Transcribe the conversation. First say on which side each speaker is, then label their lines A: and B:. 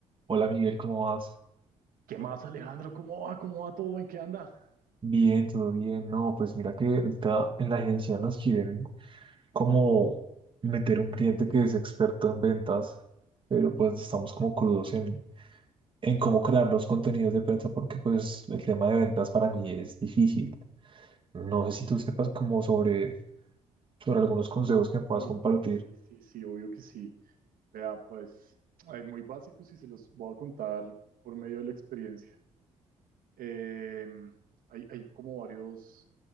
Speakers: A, on the right; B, on the right.
A: Hola Miguel, ¿cómo vas?
B: ¿Qué más, Alejandro? ¿Cómo va? ¿Cómo va todo? ¿En qué anda?
A: Bien, todo bien. No, pues mira que ahorita en la agencia nos quieren como meter un cliente que es experto en ventas, pero pues estamos como crudos en, en cómo crear los contenidos de prensa porque pues el tema de ventas para mí es difícil. No sé
B: Ok,
A: si tú sepas como sobre, sobre algunos consejos que me puedas
B: y
A: compartir.
B: sí, sí, sí, obvio que sí. Vea, pues, hay muy básicos y se los voy a contar por medio de la experiencia. Eh, hay, hay como varios,